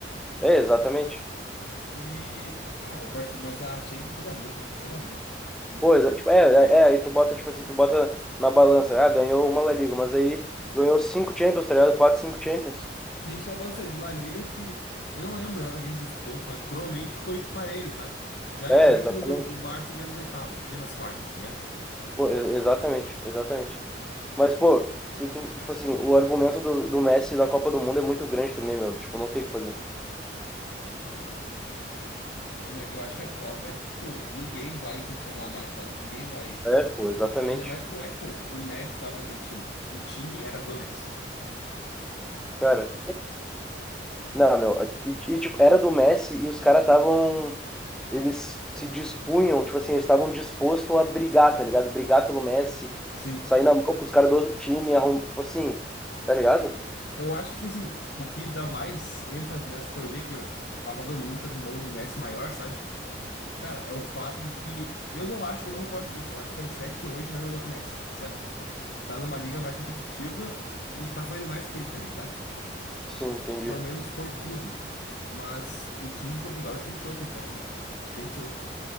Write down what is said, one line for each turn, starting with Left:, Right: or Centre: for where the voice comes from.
Centre: É, exatamente.
Left: E. Ah, o Barcelona. Mas a Champions pesa muito, meu. Pesa muito. Muito.
Centre: Pô, exa- tipo, é, é, é, aí tu bota, tipo assim, tu bota na balança. Ah, ganhou uma La Liga, mas aí ganhou cinco Champions, tá ligado? Quatro, cinco Champions.
Left: E a gente tá falando isso ali do La Ligas que. Eu não lembro exatamente dos pontos, mas provavelmente foi parelho, sabe? Já
Centre: É,
Left: a Champions,
Centre: exatamente.
Left: o, o Barça ganha nas oitavas, ganha nas quartas, tá ligado?
Centre: Pô, e- exatamente, exatamente. Mas, pô, se tu, tipo assim, o argumento do, do Messi da Copa do Mundo é muito grande também, meu. Tipo, não tem o que fazer.
Left: A minha que eu acho que a Copa, tipo, ninguém vai questionar mais, sabe? Ninguém vai.
Centre: É, pô, exatamente.
Left: Ainda mais que não é, tipo, o Messi estava naquele time. O time era do Messi.
Centre: Cara, não, meu. E, e, tipo, era do Messi e os caras estavam. Eles se dispunham, tipo assim, eles estavam dispostos a brigar, tá ligado? Brigar pelo Messi,
Left: Sim.
Centre: sair na mão com os caras do outro time, arrum... tipo assim, tá ligado?
Left: Eu acho que, tipo assim, o que dá mais ênfase nessa teoria é que a Copa do Mundo transformou o Messi maior, sabe? Cara, é o fato de que eu não acho, eu não concordo com isso. Eu acho que 7 hoje mais jogador que o Messi, sabe? Tá numa liga mais competitiva e tá fazendo mais que ele também, sabe?
Centre: Sim, entendi.
Left: Pelo menos por clube. Mas o time de Portugal escanteou o CR7, meu. Escanteou.